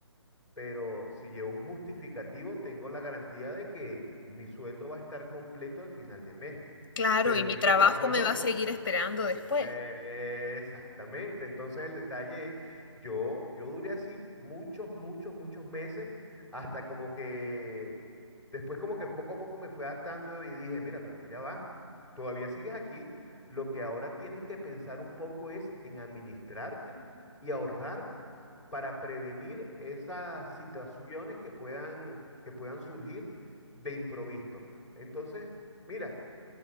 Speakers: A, in the centre; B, on the left.
A: Pero si llevo un justificativo, tengo la garantía de que mi sueldo va a estar completo al final de mes.
B: Claro,
A: Pero
B: y
A: en
B: mi
A: este
B: trabajo
A: caso
B: me
A: no.
B: va a seguir esperando después.
A: Eh, exactamente. Entonces el detalle yo, yo duré así muchos, muchos, muchos meses, hasta como que después como que poco a poco me fue adaptando y dije, mira, pero ya va, todavía sigues aquí. Lo que ahora tienes que pensar un poco es en administrarte y ahorrar para prevenir esas situaciones que puedan, que puedan surgir de improviso. Entonces, mira,